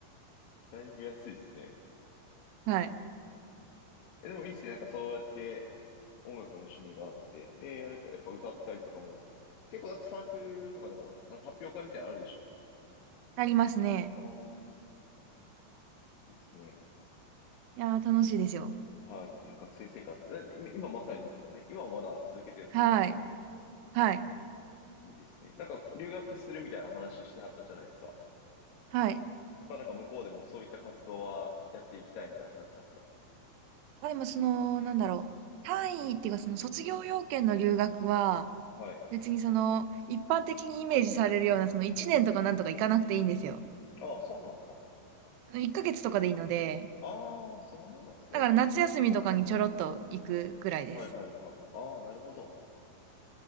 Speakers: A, on the left; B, on the right.
A: だいぶ安いですね。
B: はい。
A: え、でもいいっすね。なんかそうやって音楽の趣味があって。で、あれですか、やっぱ歌ったりとかも。結構だってサークルとかでも、なんか発表会みたいなのあるでしょ
B: ありますね。
A: ああー、いいっすね。
B: いやー、楽しいですよ。
A: はい。いや、学生生活。え今今まさにですもんね。今もまだ続けてるんですよね。
B: はい。はい。
A: いいですね。なんか、留学するみたいな話してはったじゃないですか。やっ
B: はい。
A: ぱなんか向こうでもそういった活動はやっていきたいみたいな感じなんですか
B: まあでも、その、なんだろう。単位っていうか、その卒業要件の留学は、
A: はい。
B: 別にその、一般的にイメージされるような、その1年とかなんとか行かなくていいんですよ。
A: ああ、そうなんですか
B: 1ヶ月とかでいいので、
A: ああそのもんなんですね。
B: だから夏休みとかにちょろっと行くくらいです。
A: はいはいはい。ああ、なるほど。